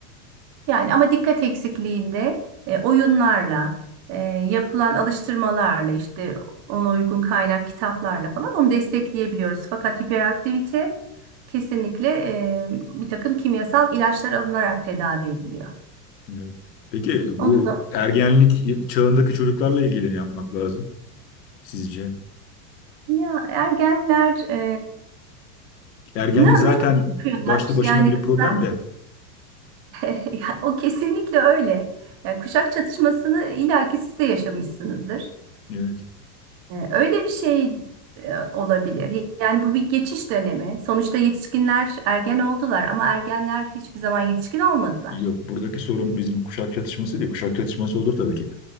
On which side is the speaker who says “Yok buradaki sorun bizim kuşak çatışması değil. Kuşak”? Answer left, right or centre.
Left